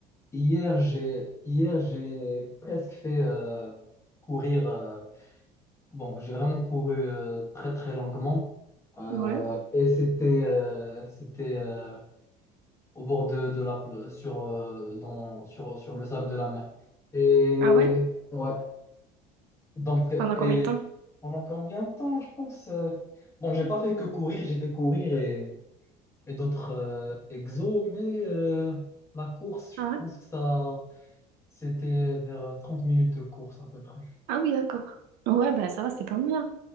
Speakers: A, on the left (about 15°); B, on the right (about 75°).
A: Hier, j'ai hier, j'ai presque fait euh, courir... euh, Bon, j'ai vraiment couru euh, très, très longuement. Euh,
B: Ouais.
A: et c'était... euh, C'était... euh, au bord de, de la pla- sur, euh, dans, sur, sur le sable de la mer. Et
B: Ah ouais?
A: ouais, donc euh,
B: Pendant
A: et
B: combien de temps?
A: pendant combien de temps, je pense euh, Bon, j'ai pas fait que courir, j'ai fait courir et, et d'autres euh, exos, mais euh, la course, je
B: Ah ouais?
A: pense que ça c'était vers euh, 30 minutes de course à peu près.
B: Ah oui, d'accord. Ouais, bah ça va, c'est pas mal. hein.